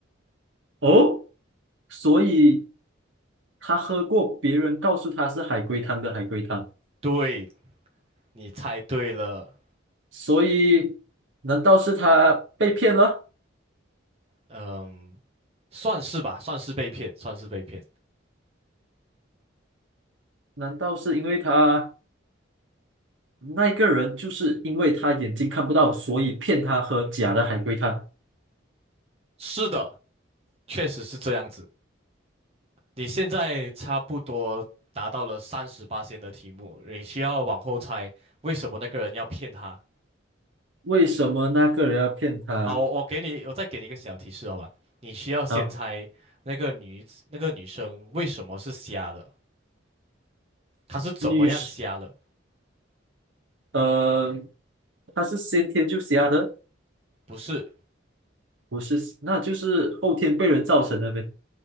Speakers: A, on the right; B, on the right.
A: 哦，所以他喝过别人告诉他是海龟汤的海龟汤，
B: 对，你猜对了，
A: 所以难道是他被骗了？
B: 嗯，算是吧，算是被骗，算是被骗。
A: 难道是因为他？那一个人就是因为他眼睛看不到，所以骗他喝假的海龟汤。
B: 是的，确实是这样子。你现在差不多达到了三十八线的题目，你需要往后猜为什么那个人要骗他。
A: 为什么那个人要骗他？
B: 好，我我给你，我再给你一个小提示，好吧？你需要先猜那个女子那个女生为什么是瞎的，
A: 好，
B: 她是怎么样瞎的？
A: 女士，呃，他是先天就瞎的，
B: 不是，
A: 不是，那就是后天被人造成的呗。